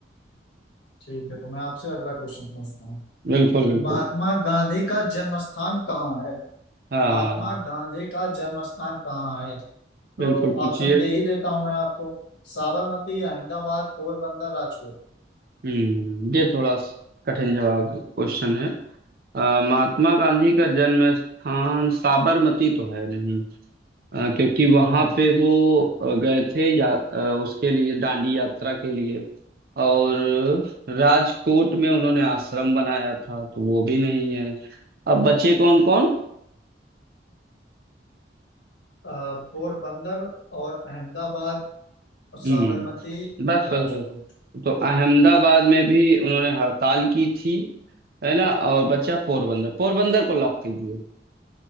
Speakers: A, on the left; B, on the right.
A: ठीक है तो मैं आपसे अगला क्वेश्चन पूछता हूँ
B: बिल्कुल बिल्कुल
A: महात्मा गांधी का जन्म स्थान कहाँ है
B: हाँ
A: महात्मा गांधी का जन्म स्थान कहाँ है तो
B: बिल्कुल पूछिए
A: ऑप्शन दे ही देता हूँ मैं आपको साबरमती अहमदाबाद पोरबंदर राजकोट
B: हम्म ये थोड़ा स- कठिन जवाब क्वेश्चन है अ, महात्मा गांधी का जन्म स्थान साबरमती तो है नहीं अ, क्योंकि वहां
A: अच्छा
B: पे वो अ, गए थे या अ, उसके लिए दांडी यात्रा के लिए और राजकोट में उन्होंने आश्रम बनाया था तो वो भी नहीं है अब बचे कौन कौन
A: अ, पोरबंदर और अहमदाबाद और साबरमती
B: हम्म बस
A: राजकोट
B: बस बस तो अहमदाबाद में भी उन्होंने हड़ताल की थी है ना और बचा पोरबंदर पोरबंदर को लॉक कीजिए